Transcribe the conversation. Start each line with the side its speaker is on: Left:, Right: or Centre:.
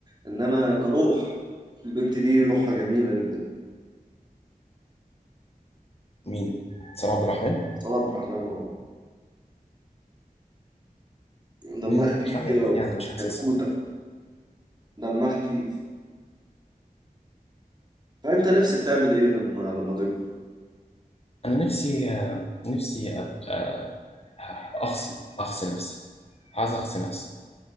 Right: انما كروح البنت دي روحها جميله جدا
Left: مين سلام عبد الرحمن
Right: سارة عبد الرحمن اه دمها
Left: م-
Right: خفيف
Left: مش عارف
Right: كده وكتكوته
Left: يعني مش حاسسها
Right: دمها خفيف فانت نفسك تعمل ايه لما لما تكبر
Left: انا نفسي آه، نفسي ابقى اخصي اخصي نفسي عايز اخصي نفسي